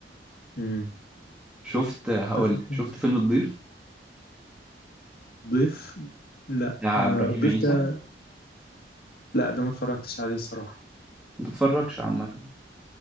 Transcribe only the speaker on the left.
مم.
اتفق
معاك
ضيف لا
آه
الضيف
ده لا ده ما اتفرجتش عليه الصراحة